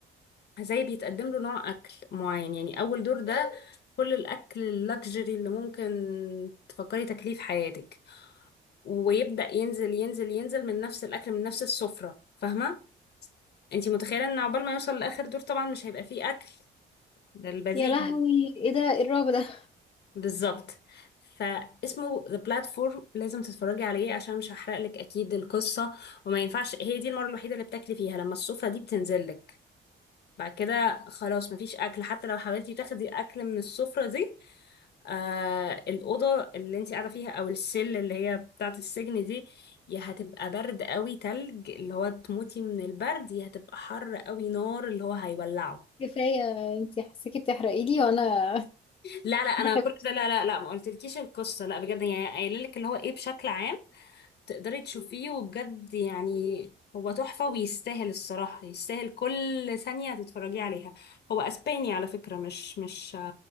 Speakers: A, on the left; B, on the left.
A: زي بيتقدم له نوع اكل معين يعني اول دور ده كل الاكل اللكجري اللي ممكن تفكري تاكليه في حياتك ويبدا ينزل ينزل ينزل من نفس الاكل من نفس السفره فاهمه انتي متخيله ان عقبال ما يوصل لاخر دور طبعا مش هيبقى فيه اكل ده البذيء
B: يا لهوي ايه ده ايه الرعب ده
A: بالظبط فاسمه ذا بلاتفورم لازم تتفرجي عليه عشان مش هحرق لك اكيد القصه وما ينفعش هي دي المره الوحيده اللي بتاكلي فيها لما السفره دي بتنزل لك بعد كده خلاص مفيش اكل حتى لو حاولتي تاخدي اكل من السفرة دي آه الأوضة اللي انت قاعدة فيها أو السل اللي هي بتاعة السجن دي يا هتبقى برد قوي تلج اللي هو تموتي من البرد يا هتبقى حر قوي نار اللي هو هيولعه
B: كفاية انتي حسيكي بتحرقي لي وانا
A: لا
B: <laughs>
A: لا أنا
B: بحب
A: كل ده لا لا لا ما قلتلكيش القصة لا بجد يعني قايلة لك اللي هو إيه بشكل عام تقدري تشوفيه وبجد يعني هو تحفة ويستاهل الصراحة يستاهل كل ثانية تتفرجي عليها هو اسباني على فكرة مش مش